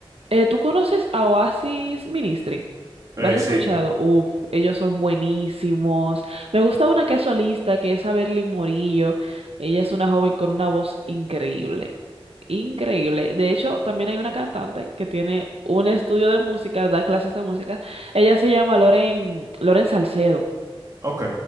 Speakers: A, on the right; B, on the right.
A: Eh, ¿tú conoces a Oasis Ministry? ¿Lo
B: Eh,
A: has escuchado?
B: sí, sí.
A: Uf, ellos son buenísimos. Me gusta una que es solista, que es Averly Morillo. Ella es una joven con una voz increíble. Increíble. De hecho, también hay una cantante que tiene un estudio de música, da clases de música. Ella se llama Loren, Loren Salcedo
B: Ok,